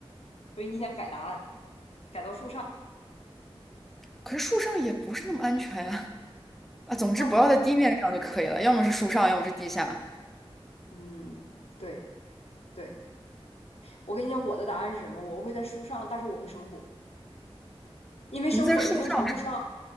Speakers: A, on the left; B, in the centre.
A: 所以你想改答案，改到树上，
B: 可是树上也不是那么安全呀。啊，总之不要在地面上就可以了，
A: 那你
B: 要么是树上，要么是地下。
A: 嗯，对对，我跟你讲，我的答案是什么？我会在树上，但是我会生火，因为生火一定程度上，
B: 你们在树上。